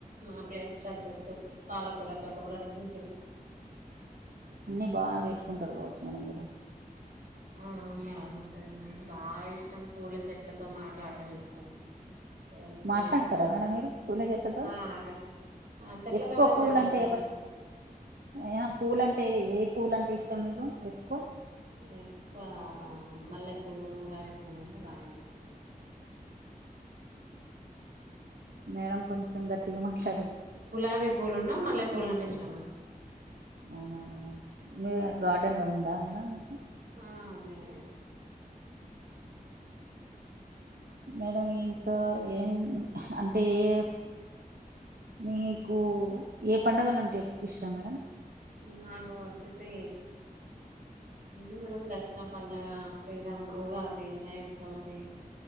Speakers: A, on the right (about 70°); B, on the right (about 85°).
A: మా ప్లేస్ తగ్గట్టు పాలకూర తోట <unintelligible> చిన్న చిన్న
B: అన్నీ బాగా ఎట్టుకుంటాడు కావచ్చు మని మీరు
A: ఆ బాగుంటది బాగా ఇష్టం పూల చెట్లతో మాట్లాడ్డం ఇష్టం ఏదైనా
B: మాట్లాడతారా
A: పూలున్నా
B: మేడం మీరు పూల చెట్టుతో
A: ఆ ఆ చెట్లతో
B: ఎక్కువ
A: కూడా
B: పూలు
A: మాట్లాడతాం
B: అంటే ఎవరు
A: మేడం
B: ఏం అ పూలంటే ఏ పూలంటే ఇష్టం మీకు ఎక్కువ
A: ఎక్కువ మల్లెపూలు గులాబీ పూలు అంటే బాగా ఇష్టం
B: మేడం కొంచం గట్టిగా మా <unintelligible>
A: గులాబీ పూలున్ను మల్లె పూలంటే ఇష్టం మేడం
B: అవునా మీ గార్డన్ లో ఉందా మేడం మీకు
A: ఆ ఉందే మేడం
B: మేడం ఇంకా ఏం అంటే ఏ మీకు ఏ పండగల అంటే ఎక్కువ ఇష్టం మేడం
A: నాకు వచ్చేసి హే మేడం దసరా పండగ శ్రీరామ్ ఉగాది వినాయక చవితి